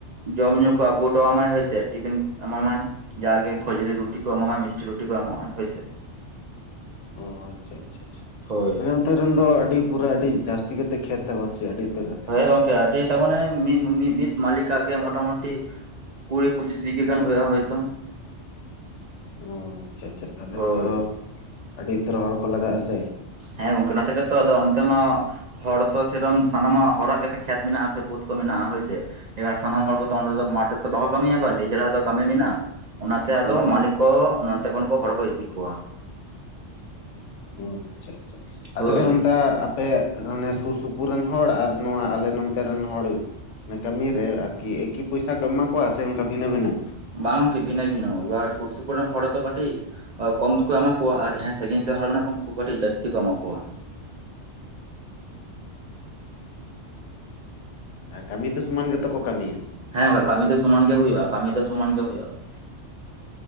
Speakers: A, on the right (about 50°); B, on the left (about 80°).
A: ᱡᱚᱢ ᱧᱩ ᱠᱚ ᱟᱹᱜᱩ ᱦᱚᱴᱚ ᱟᱢᱟᱭ ᱦᱳᱭ ᱥᱮ ᱴᱤᱯᱷᱤᱱ ᱮᱢᱟ ᱢᱟᱭ, ᱡᱟᱜᱮ ᱠᱷᱚᱸᱡᱚᱲᱤ ᱨᱩᱴᱤ ᱠᱚ ᱮᱢᱟ ᱢᱟᱭ ᱢᱤᱥᱴᱤ ᱨᱩᱴᱤ ᱠᱚ ᱮᱢᱟ ᱴᱟᱝ ᱦᱳᱭ ᱥᱮ,
B: ᱚ ᱟᱪᱪᱷᱟ ᱟᱪᱪᱷᱟ ᱟᱪᱪᱷᱟ <unintelligible>
A: ᱦᱳᱭ
B: ᱛᱮ ᱨᱮᱱ ᱫᱚ ᱟᱹᱰᱤ ᱯᱩᱨᱟᱹ ᱟᱹᱰᱤ ᱡᱟᱹᱥᱛᱤ ᱠᱟᱛᱮᱫ ᱠᱷᱮᱛ ᱛᱟᱠᱚᱣᱟ ᱥᱮ ᱟᱹᱰᱤ ᱩᱛᱟᱹᱨ ᱠᱟᱛᱮ?
A: ᱦᱮᱸ ᱜᱚᱝᱠᱮ ᱟᱹᱰᱤ ᱛᱟ ᱢᱟᱱᱮ ᱢᱤᱢᱤᱫ ᱢᱟᱹᱞᱤᱠ ᱟᱜ ᱜᱮ ᱢᱚᱴᱟᱢᱩᱴᱤ ᱠᱩᱲᱤ ᱯᱚᱸᱪᱤᱥ ᱵᱤᱜᱷᱟ ᱜᱟᱱ ᱦᱳᱭᱳᱜᱼᱟ ᱦᱳᱭ ᱛᱚ᱾
B: ᱚ ᱟᱪᱪᱷᱟ ᱟᱪᱪᱷᱟ ᱛᱟᱦᱞᱮ
A: ᱦᱳᱭ
B: ᱛᱚ ᱟᱹᱰᱤ ᱩᱛᱟᱹᱨ ᱦᱚᱲ ᱠᱚ ᱞᱟᱜᱟᱜᱼᱟ ᱥᱮ᱾
A: ᱦᱮᱸ ᱜᱚᱝᱠᱮ ᱚᱱᱟ ᱛᱮᱜᱮ ᱛᱚ ᱟᱫᱚ ᱚᱱᱛᱮ ᱦᱚ ᱦᱚᱲ ᱛᱚ ᱥᱮ ᱨᱚᱠᱚᱢ ᱥᱟᱱᱟᱢ ᱟᱜ ᱦᱚᱲᱟᱜ ᱜᱮᱛᱚ ᱠᱷᱮᱛ ᱢᱮᱱᱟᱜᱼᱟ ᱥᱮ ᱵᱟᱹᱛ ᱠᱚ ᱢᱮᱱᱟᱜᱼᱟ ᱦᱳᱭ ᱥᱮ᱾ ᱮ ᱵᱟᱨ ᱥᱟᱱᱟᱢ ᱦᱚᱲ ᱜᱮᱛᱚ ᱚᱸᱰᱮ ᱫᱚ ᱢᱟᱴ ᱨᱮᱛᱚ ᱵᱟᱠᱚ ᱠᱟᱹᱢᱤᱭᱟ ᱮᱵᱟᱨ ᱱᱤᱡᱮᱨᱟᱜ ᱦᱚᱸᱛᱚ ᱠᱟᱹᱢᱤ ᱢᱮᱱᱟᱜᱼᱟ᱾ ᱚᱱᱟᱛᱮ ᱟᱫᱚ
B: ᱦᱮᱸ ᱦᱮᱸ
A: ᱢᱟᱹᱞᱤᱠ ᱠᱚ ᱱᱚᱱᱛᱮ ᱠᱷᱚᱱ ᱠᱚ ᱦᱚᱲ ᱠᱚ ᱤᱫᱤ ᱠᱚᱣᱟ᱾
B: ᱚ ᱟᱪᱪᱷᱟ ᱟᱪᱪᱷᱟ <unintelligible>
A: ᱦᱳᱭ
B: ᱟᱯᱮ ᱚᱱᱮ ᱥᱩᱨ ᱥᱩᱯᱩᱨ ᱨᱮᱱ ᱦᱚᱲ ᱟᱨ ᱱᱚᱣᱟ ᱟᱞᱮ ᱱᱚᱱᱛᱮ ᱨᱮᱱ ᱦᱚᱲ <unintelligible> ᱠᱟᱹᱢᱤ ᱨᱮ ᱟᱨᱠᱤ ᱮᱠᱤ ᱯᱚᱭᱥᱟ ᱠᱚ ᱮᱢᱟ ᱠᱚᱣᱟ ᱥᱮ ᱚᱱᱠᱟ ᱵᱷᱤᱱᱟᱹ ᱵᱷᱤᱱᱟᱹ᱾
A: ᱵᱟᱝ ᱜᱚᱝᱠᱮ ᱵᱷᱤᱱᱟᱹ ᱵᱷᱤᱱᱟᱹ ᱮᱵᱟᱨ ᱥᱩᱨ ᱥᱩᱯᱩᱨ ᱦᱚᱲ ᱫᱚ ᱠᱟᱹᱴᱤᱡ ᱠᱚᱢ ᱜᱮᱠᱚ ᱮᱢᱟ ᱠᱚᱣᱟ ᱟᱨ ᱡᱟᱦᱟᱸᱭ ᱥᱟᱺᱜᱤᱧ ᱥᱮᱱ ᱦᱚᱲ ᱢᱮᱱᱟᱜ ᱠᱚᱣᱟ ᱩᱱᱠᱩ ᱠᱟᱹᱴᱤᱡ ᱡᱟᱹᱥᱛᱤ ᱠᱚ ᱮᱢᱟ ᱠᱚᱣᱟ᱾
B: ᱟᱨ ᱠᱟᱹᱢᱤ ᱫᱚ ᱥᱚᱢᱟᱱ ᱜᱮᱛᱚ ᱠᱚ ᱠᱟᱹᱢᱤᱭᱟ᱾
A: ᱦᱮᱸ <unintelligible> ᱠᱟᱹᱢᱤ ᱫᱚ ᱥᱚᱢᱟᱱ ᱜᱮ ᱦᱩᱭᱩᱜᱼᱟ ᱠᱟᱹᱢᱤ ᱫᱚ ᱥᱚᱢᱟᱱ ᱜᱮ ᱦᱳᱭᱳᱜᱼᱟ ᱾